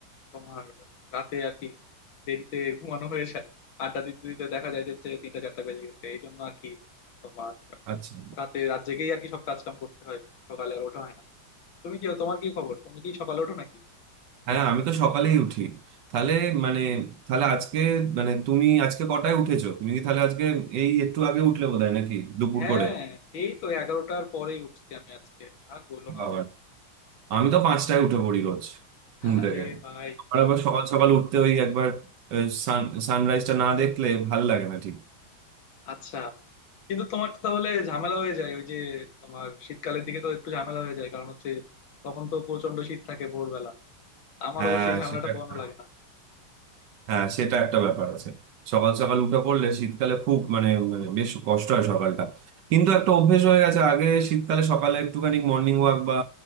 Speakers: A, on the left; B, on the right.
A: তোমার রাতে আর কি দেরিতে ঘুমানো হয়ে যায় আড্ডা দিতে দিতে দেখা যায় যে হচ্ছে তিনটা চারটা বেজে গেছে এই জন্য আর কি তোমার
B: আচ্ছা
A: রাতে রাত জেগেই আর কি সব কাজ কাম করতে হয় সকালে আর ওঠা হয় না তুমি কি তোমার কি খবর তুমি কি সকালে ওঠো নাকি
B: হ্যাঁ আমি তো সকালেই উঠি তাহলে মানে তাহলে আজকে মানে তুমি আজকে কটায় উঠেছো তুমি কি তাহলে আজকে এই একটু আগে উঠলে বোধহয় নাকি দুপুর
A: হ্যাঁ
B: করে
A: এই তো এগারোটার পরেই উঠছি আমি আজকে আর বললো না
B: বাবা আমি তো পাঁচটায় উঠে পড়ি রোজ ঘুম
A: আরে
B: থেকে
A: ভাই
B: আর আবার সকাল সকাল উঠতে ওই একবার সান সানরাইজটা না দেখলে ভাল লাগে না ঠিক
A: আচ্ছা কিন্তু তোমার তো তাহলে ঝামেলা হয়ে যায় ওই যে তোমার শীতকালের দিকে তো একটু ঝামেলা হয়ে যায় কারণ হচ্ছে তখন তো প্রচন্ড শীত থাকে ভোরবেলা আমারও
B: হ্যাঁ
A: সেই ঝামেলাটা
B: সেটা
A: পোহানো
B: একটা-
A: লাগে না
B: হ্যাঁ সেটা একটা ব্যাপার আছে সকাল সকাল উঠে পড়লে শীতকালে খুব মানে মানে বেশ কষ্ট হয় সকালটা কিন্তু একটা অভ্যেস হয়ে গেছে আগে শীতকালে সকালে একটুখানি মর্নিং ওয়াক বা